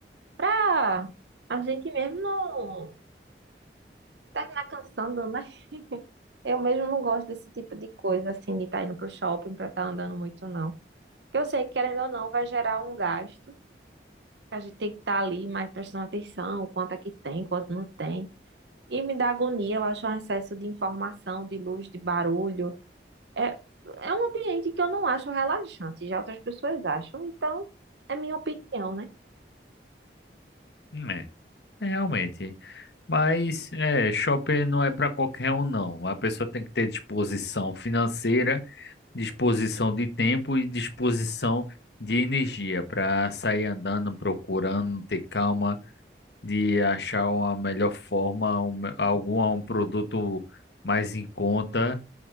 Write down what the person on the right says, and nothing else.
pra a gente mesmo não terminar cansando, né? Eu mesmo não gosto desse tipo de coisa, assim, de estar indo pro shopping pra estar andando muito, não. Porque eu sei que, querendo ou não, vai gerar um gasto, que a gente tem que estar ali mais prestando atenção, quanto é que tem, quanto não tem. E me dá agonia, eu acho um excesso de informação, de luz, de barulho. É, é um ambiente que eu não acho relaxante, já outras pessoas acham, então é minha opinião, né?